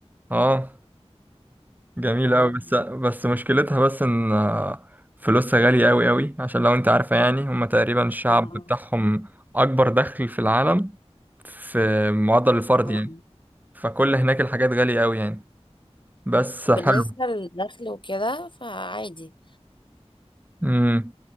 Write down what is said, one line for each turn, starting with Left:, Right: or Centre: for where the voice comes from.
Right: اه جميل
Left: واو
Right: قوي بس بس مشكلتها بس ان آه، فلوسها غاليه قوي قوي عشان لو انت عارفه يعني هم تقريبا الشعب
Left: آه،
Right: بتاعهم اكبر دخل في العالم في معدل الفرد
Left: آه،
Right: يعني
Left: آه.
Right: فكل هناك الحاجات غاليه قوي يعني بس
Left: بالنسبة
Right: حلو
Left: للدخل وكده فعادي
Right: امم